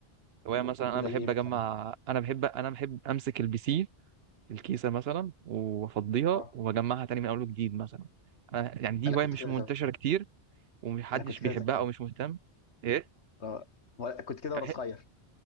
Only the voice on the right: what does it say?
هوايه مثلا انا
بحب
اجمع انا بحب انا بحب امسك البي سي الكيسه مثلا وافضيها
واجمعها تاني من اول وجديد مثلا أنا- يعني دي
هوايه
مش
منتشره
كتير ومحدش
بيحبها
او مش مهتم ايه
أنا
بحب-